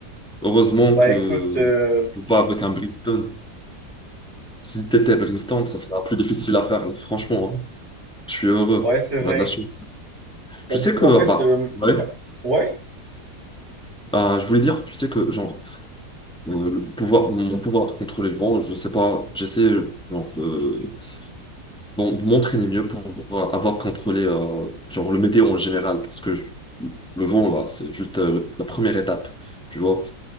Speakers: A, in the centre; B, on the right.
A: Heureusement
B: Bah
A: que
B: écoute, euh,
A: je joue pas avec un Brimstone. Si t'étais Brimstone, ça serait plus difficile à faire, là, franchement. hein. Je suis heureux.
B: ouais, c'est vrai.
A: On a de la chance.
B: Bah
A: Tu
B: du
A: sais
B: coup,
A: que,
B: en fait,
A: bah,
B: euh,
A: ouais,
B: ma- ouais,
A: bah, je voulais dire, tu sais que, genre, euh, le pouvoir, mon pouvoir de contrôler le vent, je sais pas, j'essaie, genre, de, bon, de m'entraîner mieux pour avoir contrôlé, euh, genre, le météo en général, parce que je- le vent, là, c'est juste euh, la première étape, tu vois.